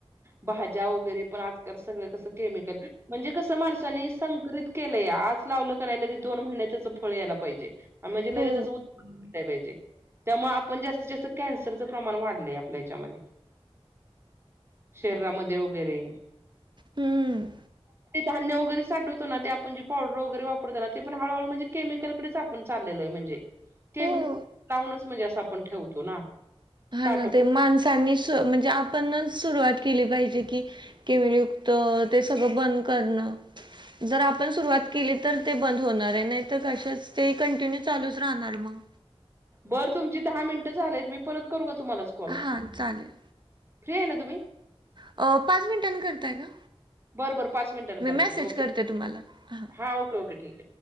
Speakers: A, on the right; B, on the right.
A: भाज्या वगैरे पण आजकाल सगळं कसं केमिकल म्हणजे कसं माणसानी संकित केलंय आज लावलं का नाही लगे दोन महिन्या त्याचं फळ यायला पाहिजे. म्हणजे लगेच
B: हो,
A: असं उत पाहिजे त्यामुळे आपण जास्तीत जास्त कॅन्सरचं प्रमाण वाढलंय आपल्या याच्यामध्ये. शरीरामध्ये वगैरे
B: हम्म,
A: धान्य वगैरे साठवत ना ते आपण जे पावडर वगैरे वापरताना ते पण हळहळू म्हणजे केमिकलकडेच आपण चाललेल आहे म्हणजे ते
B: हो.
A: मग लाऊूनच म्हणजे असं आपण ठेवतो ना
B: हा
A: साठव
B: ना ते माणसांनी शोध म्हणजे आपणच सुरुवात केली पाहिजे की किमलुक्त ते सगळं बंद करणं जर आपण सुरवात केली तर ते बंद होणार आहे नाही तर कशच ते कंटिन्यू चालूच राहणार मग.
A: बर तुमची दहा मिनटं झालेत मी परत करू का तुम्हालाच? कॉल
B: हा चालेल
A: फ्री आहे ना तुम्ही?
B: अ पाच मिनिटांनी करताय का?
A: बरं बरं पाच मिनिटांने
B: मी मेसेज
A: ओके
B: करते तुम्हाला ह
A: हां ओके ओके ठीक आहे